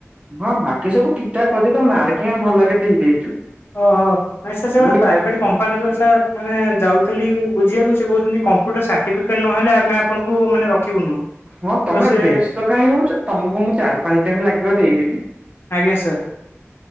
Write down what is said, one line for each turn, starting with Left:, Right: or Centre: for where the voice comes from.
Right: ହଁ ବାକି ସବୁ ଠିକ ଠାକ୍ ଅଛି ତମ ମାର୍କ ଆମେ ଭଲ ଲାଗେ ଦେଇ ଦେଇଛୁ।
Left: ଓହୋ ନାଇଁ ସେ ସାର ଗୋଟେ
Right: ମୁଁ ଟିକେ
Left: ପ୍ରାଇଭେଟ କ ମାନେ ଯାଉଥିଲି ବୁଝିବାକୁ ସେ କହୁଛନ୍ତି କମ୍ପ୍ୟୁଟର ସାର୍ଟିଫିକେଟ ନହେଲେ ଆମେ ଆପଣଙ୍କୁ ମାନେ ରଖିବୁନୁ
Right: ହଁ ତମେ
Left: ତ ସେ
Right: ବ୍ୟସ୍ତ କାହିଁ ହଉଛ ତମକୁ ମୁଁ ଚାରି ପାଞ୍ଚ ଦିନ ଲାଗିବ ଦେଇଦେବି।
Left: ଆଜ୍ଞା ସାର୍